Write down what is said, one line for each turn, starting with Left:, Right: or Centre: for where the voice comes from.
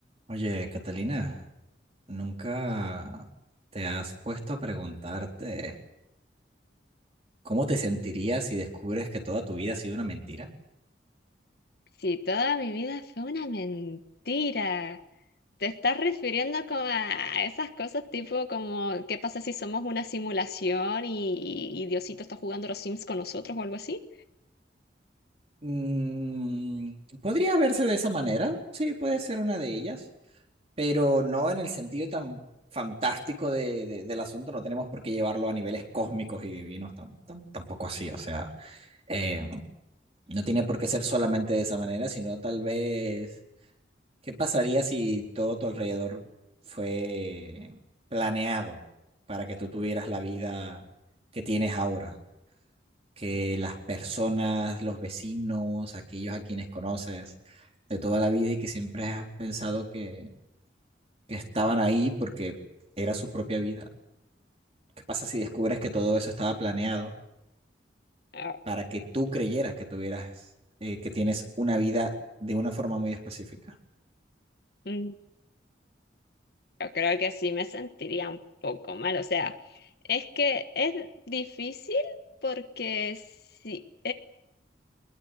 Right: Oye, Catalina, ¿nunca te has puesto a preguntarte cómo te sentirías si descubres que toda tu vida ha sido una mentira?
Left: Si toda mi vida fue una mentira. Te estás refiriendo como a esas cosas tipo como, ¿qué pasa si somos una simulación y, y Diosito está jugando a los Sims con nosotros o algo así?
Right: Mm, podría verse de esa manera, sí, puede ser una de ellas, pero no en el sentido tan fantástico de- de- del asunto, no tenemos por qué llevarlo a niveles cósmicos y divinos, tam- tam- tampoco así, o sea, eh, no tiene por qué ser solamente de esa manera, sino tal vez ¿Qué pasaría si todo tu alrededor fue planeado para que tú tuvieras la vida que tienes ahora? Que las personas, los vecinos, aquellos a quienes conoces de toda la vida y que siempre has pensado que, que estaban ahí porque era su propia vida. ¿Qué pasa si descubres que todo eso estaba planeado
Left: Ah,
Right: para que tú creyeras que tuvieras, eh, que tienes una vida de una forma muy específica?
Left: mm, Yo creo que sí me sentiría un poco mal. O sea, es que es difícil porque sí